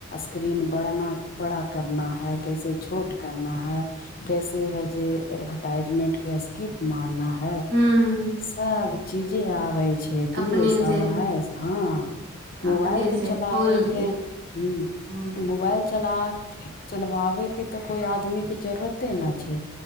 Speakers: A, on the left (about 45°); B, on the right (about 55°).
A: स्क्रीन बढ़ना बड़ा करना है कैसे छोट करना है कैसे है जे एडवर्टाइजमेंट के स्किप मारना है
B: ह
A: सब चीजे आबै छै
B: अपने
A: दुए साल
B: से
A: मे हँ मोबाइल
B: अपने
A: त
B: से
A: चलाबे
B: खोल
A: के हूँ
B: ह
A: मोबाइल चला चलवाबे के त कोई आदमी के जरूरते न छै